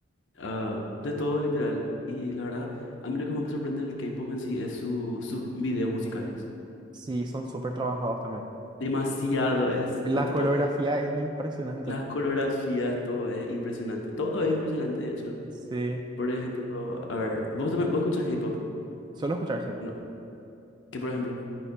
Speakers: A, on the left; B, on the right.
A: ah, de todo literal. Y la verdad, a mí lo que más me sorprende del K-pop en sí es su, sus videos musicales.
B: Sí, son súper trabajados también.
A: Demasiado, es
B: La
A: la- tipo
B: coreografía es impresionante.
A: las coreografías, todo es impresionante. Todo es impresionante, de hecho.
B: Sí,
A: Por ejemplo, a ver, ¿vos, también- vos escuchás K-pop?
B: solo escuchar, sí.
A: No. ¿Qué por ejemplo,